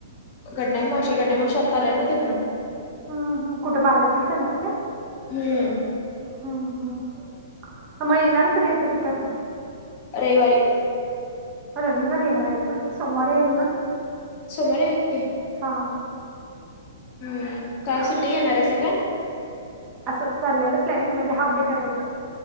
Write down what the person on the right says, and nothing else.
हम, हम कुठं बालाजीला चाल्यात काय?
हम्म, हम, आ मग येनार कधी आहेत, रिटर्न.
रविवार येणार आहेत ना, सोमवारी आहेत
ना
हा.
हा
असं चाललेलं प्लॅनिंग म्हणजे हाफ डे करायचं.